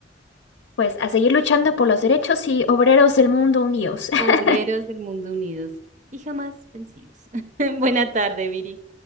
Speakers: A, on the left; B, on the right.
A: Pues a seguir luchando por los derechos y obreros del mundo unidos. <laughs>
B: Obreros del mundo unidos y jamás vencidos. <laughs> Buena tarde, Viri.